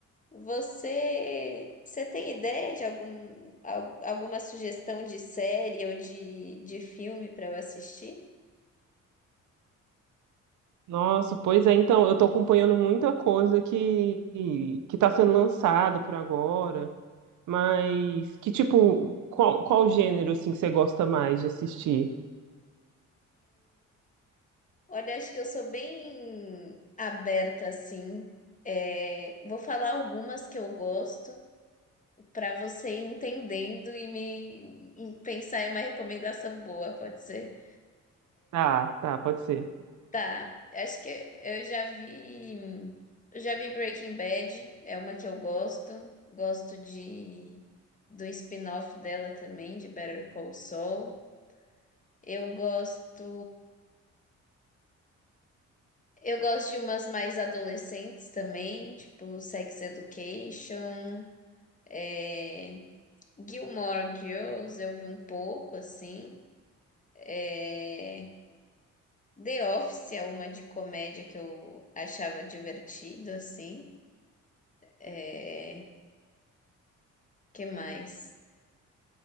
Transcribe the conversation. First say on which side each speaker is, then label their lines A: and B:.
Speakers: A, on the left; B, on the right.
A: Você, você tem ideia de algum, al- alguma sugestão de série ou de, de filme para eu assistir?
B: Nossa, pois é, então, eu tô acompanhando muita coisa que que tá sendo lançada por agora, mas que tipo, qual, qual gênero assim que você gosta mais de assistir?
A: Olha, acho que eu sou bem aberta assim. É, vou falar algumas que eu gosto. para você ir entendendo e me e pensar em uma recomendação boa, pode ser?
B: Tá, tá, pode ser.
A: Tá, acho que eu já vi, eu já vi Breaking Bad, é uma que eu gosto, gosto de do spin-off dela também, de Better Call Saul. Eu gosto, eu gosto de umas mais adolescentes também, tipo Sex Education, é, Gilmore Girls, eu vi um pouco assim. É, The Office é uma de comédia que eu achava divertido, assim. É... Que mais?